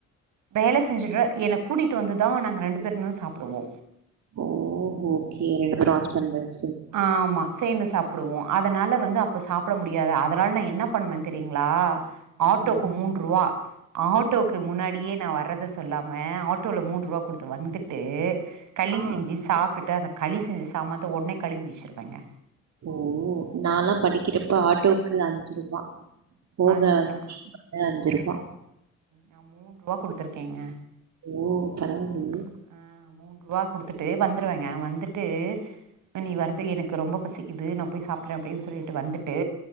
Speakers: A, on the right; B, on the right.
A: வேல செஞ்சுட்ற என்ன கூட்டிட்டு வந்துதா நாங்க ரெண்டு பேருந்தா சாப்டுவோ
B: ஓ ஓக்கே ரெண்டு பேரும் ஹஸ்பண்ட் ஒய்ஃவ்
A: ஆமா சேந்து சாப்டுவோ அதனால வந்து அப்ப சாப்ட முடியாது அதனால நா என்ன பண்ணுவ தெரிங்ளா ஆட்டோக்கு
B: ம்.
A: மூண்ருவா ஆட்டோக்கு முன்னாடியே நா வர்றத சொல்லாம ஆட்டோல மூண்ருவா குடுத்து வந்துட்டு களி
B: ஆ.
A: செஞ்சி சாப்டுட்டு அந்த களி செஞ்ச சாமான்ந்த ஒட்னே கழுவி வெச்சிருவங்க
B: ஓ நாலா படிக்கிறப்ப ஆட்டோக்கு அஞ்சுருபா போக
A: அந்
B: அஞ்சி
A: நா
B: வர ர அஞ்ஜிருபா
A: நா மூண்ருவா குடுத்துருக்கேங்க
B: ஓ பரவால்லியே
A: மூன்று ஆ மூண்ருவா குடுத்துட்டு வந்ருவேங்க வந்துட்டு நீ வர்றத்துக் எனக்கு ரொம்ப பசி கிது நா போய் சாப்ட்ற அப்டின் சொல்லிட்டு வந்துட்டு